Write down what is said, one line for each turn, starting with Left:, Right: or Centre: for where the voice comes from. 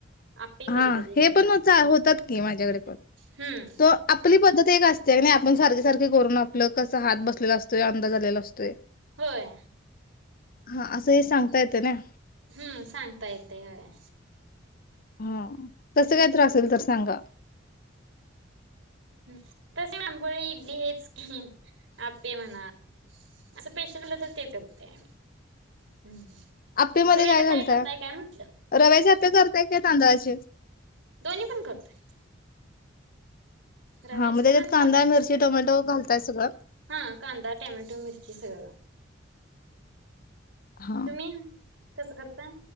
Right: आपे
Left: हा,
Right: कधी कधी
Left: हे पण
Right: अस
Left: हो होतात की माझ्याकडे पण
Right: हम्म
Left: तर आपली पद्धत एक असत्या की नाही. आपण सारखे सारखे करून आपलं कसं हात बसलेला असतोय अंदा झालेला असतोय.
Right: होय
Left: हा असं हे सांगता येतेय नाय.
Right: हम्म सांगता येते होय.
Left: हा तस
Right: हम्
Left: कायतर असेल तर सांगा.
Right: हम तसे आांबोळी इडली हेच की आप्पे म्हणा असं स्पेशल म्हटल तर ते करते आम्ही ते हम्म
Left: आप्पे मध्ये
Right: असं वेगळं
Left: काय घालताय
Right: करताय काय म्हटलं
Left: रव्याचे
Right: तुम्ही
Left: आप्पे करताय ते तांदळाचे
Right: दोन्ही पण करतोय. रव्याच
Left: हा मग त्याच्यात
Right: पण आणि
Left: कांदा,
Right: तांदळाच
Left: मिरची, टोमॅटो घालताय सगळं?
Right: पण हा कांदा, टोमॅटो, मिरची सगळं <inaudible>
Left: हा.
Right: तुम्ही कसं करताय?